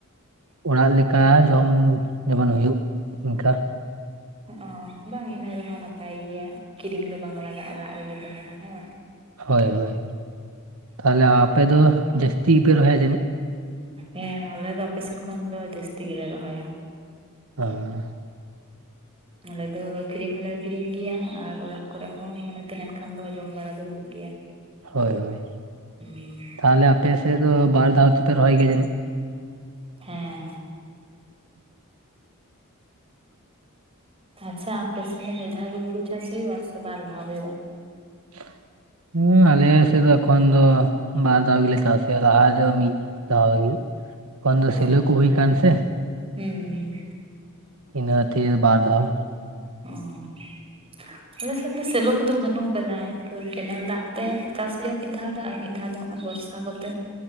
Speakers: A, on the right; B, on the right.
A: ᱚᱲᱟᱜ - ᱠᱟ ᱡᱚᱢ ᱡᱮᱢᱚᱱ ᱦᱩᱭᱩᱜ ᱤᱱᱠᱟ ᱾
B: ᱚ ᱵᱟᱝ ᱤᱱᱟᱹ ᱨᱮᱦᱚᱸ ᱱᱟᱯᱟᱭ ᱜᱮᱭᱟ ᱠᱤᱨᱤᱧ ᱫᱚ ᱵᱟᱝ ᱞᱟᱜᱟᱜᱼᱟ ᱚᱲᱟᱜ ᱨᱮᱜᱮ ᱛᱟᱦᱮᱱᱟ ᱦᱮᱸ ᱾
A: ᱦᱚᱭ ᱦᱚᱭ ᱛᱟᱞᱮ ᱟᱯᱮ ᱫᱚ ᱡᱟᱹᱥᱛᱤ ᱜᱮᱯᱮ ᱨᱚᱦᱚᱭᱟ ᱡᱟᱹᱱᱤᱡ?
B: ᱦᱮᱸ ᱟᱞᱮ ᱫᱚ ᱟᱯᱮ ᱥᱮᱱ ᱠᱷᱚᱱ ᱫᱚ ᱡᱟᱹᱥᱛᱤ ᱜᱮᱞᱮ ᱨᱚᱦᱚᱭᱟ ᱾
A: <unintelligible>
B: ᱚᱸᱰᱮ ᱫᱚ ᱟᱹᱠᱷᱨᱤᱧ ᱦᱚᱞᱮ ᱟᱹᱠᱷᱨᱤᱧ ᱜᱮᱭᱟ ᱟᱨ ᱚᱲᱟᱜ ᱠᱚᱨᱮ ᱦᱚᱸ ᱢᱟᱱᱮ ᱛᱟᱦᱮᱱ ᱠᱷᱟᱱ ᱫᱚ ᱡᱚᱢ ᱵᱟᱲᱟ ᱫᱚ ᱦᱩᱭᱩᱜ ᱜᱮᱭᱟ᱾
A: ᱦᱚᱭ ᱦᱚᱭ,
B: ᱦᱩᱸ
A: ᱛᱟᱦᱚᱞᱮ ᱟᱯᱮ ᱥᱮᱫ ᱫᱚ ᱵᱟᱨ ᱫᱷᱟᱣ ᱛᱮᱯᱮ ᱨᱚᱦᱚᱭ ᱜᱮᱭᱟ ᱡᱟᱹᱱᱤᱡ?
B: ᱦᱮᱸ᱾
A: <inaudible>
B: ᱟᱪᱪᱷᱟ ᱟᱯᱮ ᱥᱮᱱ ᱫᱚ ᱢᱤᱫ ᱫᱷᱟᱣ ᱜᱮ ᱦᱩᱲᱩ ᱪᱟᱥ ᱦᱩᱭᱩᱜᱼᱟ ᱥᱮ ᱵᱟᱨ ᱫᱷᱟᱣ ᱦᱩᱭᱩᱜᱼᱟ?
A: <unintelligible> ᱦᱮᱸ ᱟᱞᱮ ᱥᱮᱫ ᱫᱚ ᱮᱠᱷᱚᱱ ᱫᱚ ᱵᱟᱨ ᱫᱷᱟᱣ ᱜᱮᱞᱮ ᱪᱟᱥᱮ ᱟ ᱞᱟᱦᱟ ᱡᱚ ᱢᱤᱫ ᱫᱷᱟᱣ ᱜᱮ᱾ ᱮᱠᱷᱚᱱ ᱫᱚ
B: ᱚ
A: ᱥᱮᱞᱳ ᱠᱚ ᱦᱩᱭ ᱟᱠᱱ ᱥᱮ᱾
B: ᱦᱩᱸ᱾
A: ᱤᱱᱟᱹ <unintelligible> ᱵᱟᱨ ᱫᱷᱟᱣ
B: ᱦᱚᱸ <unintelligible>
A: <inaudible>
B: ᱟᱞᱮᱥ ᱮᱫ ᱫᱚ ᱥᱮᱞᱚ ᱠᱚᱫᱚ ᱵᱟᱹᱱᱩᱜ ᱟᱠᱟᱫᱟ᱾ ᱤᱱᱠᱟᱹ ᱠᱮᱱᱮᱞ ᱫᱟᱜ ᱛᱮ ᱪᱟᱥ ᱦᱩᱭᱩᱜ-ᱟ ᱢᱤᱫ ᱫᱷᱟᱣ ᱫᱚ ᱟᱨ ᱢᱤᱫ ᱫᱷᱟᱣ ᱫᱚ ᱟᱨ ᱵᱚᱨᱥᱟ ᱠᱚᱛᱮ᱾